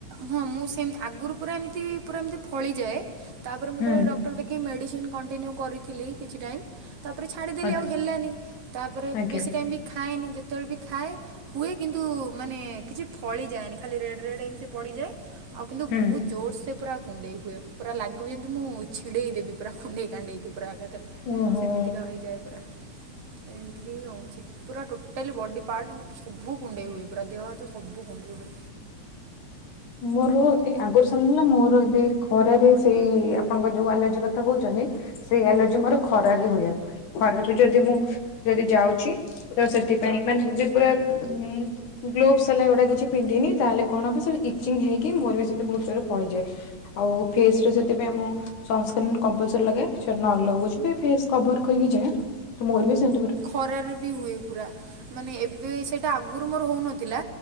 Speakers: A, on the right; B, on the left.
A: ହଁ ମୁଁ ସେମ ଆଗୁରୁ ପୁରା ଏମିତି ପୁରା ଏମିତି ଫଳିଯାଏ ତାପରେ ମୁଁ
B: ହୁଁ
A: ଯେତେବେଳେ ଡକ୍ଟର ଦେଖେଇ ମେଡ଼ିସିନ କଣ୍ଟିନ୍ୟୁ କରିଥିଲି କିଛି ଟାଇମ୍ ତାପରେ ଛାଡ଼ିଦେଲି
B: ଆଜ୍ଞା
A: ଆଉ ହେଲାନି ତାପରେ
B: ଆଜ୍ଞା,
A: ବେଶୀ ଟାଇମ୍ ବି ଖାଏନି ଯେ ତେବେଳେ ବି ଖାଏ ହୁଏ କିନ୍ତୁ ମାନେ କିଛି ଫଳି ଯାଏନି ଖାଲି ରେଡ ରେଡ ଏମିତି ପଡିଯାଏ ଆଉ କିନ୍ତୁ
B: ହୁଁ।
A: ବହୁତ ଜୋର ସେ ପୁରା କୁଣ୍ଡେଇ ହୁଏ ପୁରା ଲାଗିବ ଯେମିତି ମୁଁ ଛିଡ଼େଇ ଦେବି ପୁରା କୁଣ୍ଡେଇ କାଣ୍ଡେଇକି ପୁରା ଏକାଥରେ।
B: ଓହୋ।
A: ଏମିତିକା ହେଇଯାଏ ପୁରା ଏମିତି ବି ହଉଛି। ପୁରା ଟୋଟାଲି ବଡ଼ି ପାର୍ଟ ସବୁ କୁଣ୍ଡେଇ ହୁଏ ପୁରା ଦେହ ହାତ ସବୁ କୁଣ୍ଡେଇ ହୁଏ।
B: ମୋର ଏଇ ଆଗରୁ ସରିଲା ମୋର ଏବେ ଖରାରେ ସେଇ ଆପଣଙ୍କ ଯୋଉ ଆଲାର୍ଜି କଥ ଥା କହୁଛନ୍ତି ସେଇ ଆଲର୍ଜି ମୋର ଖରାରେ ହୁଏ। ଖରାରେ ଯଦି ମୁଁ ଯଦି ଯାଉଛି ତ ସେଥିପାଇଁ ମାନେ ଯଦି ପୁରା ମୁଁ ଗ୍ଲୋଭସ ହେଲା ଏଗୁଡା କିଛି ପିନ୍ଧିନି ତାହେଲେ କଣ ହବ ସେ ଇ ହେଇକି ମୋର ବି ସେମିତି ବହୁତ୍ ଜୋରେ ଫଳି ଯାଏ ଆଉ ଫେସ ତ ସେଥିାଇଁ ମୁଁ ସନସ୍କ୍ରିନ କମ୍ପଲସରୀ ଲାଗାଏ। ଯଦି ନ ଲଗଉଛି ବି ଫେସ କଭର କରିକି ଯାଏ ତ ମୋର ବି ସେମତି ପୁରା
A: ଖରାରେ ବି ହୁଏ ପୁରା। ମାନେ ଏବେ ସେଇଟା ଆଗରୁ ମୋର ହଉନଥିଲା